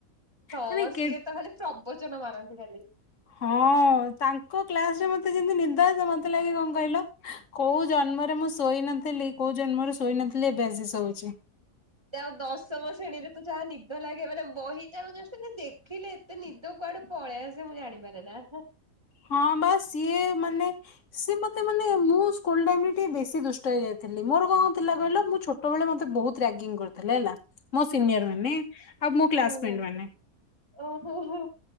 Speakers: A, on the right; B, on the left.
A: ତ
B: ମାନେ କେ
A: ସିଏ ତ ଖାଲି ପ୍ରବଚନ ମାରନ୍ତି। ଖାଲି।
B: ହଁ ଅ ତା କଉ କ୍ଲାସ ମତେ ଯେମିତି ନିଦ ଆସେ, ମତେ ଲାଗେ କଣ କହିଲ କୋଉ ଜନ୍ମରେ ମୁଁ ଶୋଇ ନଥିଲି, କୋଉ ଜନ୍ମରେ ଶୋଇ ନଥିଲି ଏବେ ଆସି ଶୋଉଛି।
A: ଯାହାଉ ଦଶମ ଶ୍ରେଣୀରେ ତ ଯାଆନି ନିଦ ଲାଗେ, ମାନେ ବହି ଟା କୁ ଜଷ୍ଟ ଏମିତି ଦେଖିଲେ, ଏତେ ନିଦ କୁଆଡେ ପଳେଇ ଆସେ ମୁଁ ଜାଣିପାରେ ନା।
B: ହଁ ବା ସିଏ। ମାନେ ସିଏ ମତେ ମାନେ ମୁଁ ସ୍କୁଲ ଟାଇମରେ ଟିକେ ବେଶୀ ଦୁଷ୍ଟ ହେଇ ଯାଇଥିଲି। ମୋର କଣ ଥିଲା କହିଲ ମୁଁ ଛୋଟବେଳେ ମତେ ବହୁତ ରାଗିଙ୍ଗ କରୁଥିଲେ ହେଲା। ମୋ
A: ହଁ
B: ସିନିୟର୍
A: ହଁ ହଁ।
B: ମାନେ, ଆଉ ମୋ କ୍ଲାସମେଟ୍
A: ଓହୋ
B: ମାନେ,
A: ଓହୋ ହୋ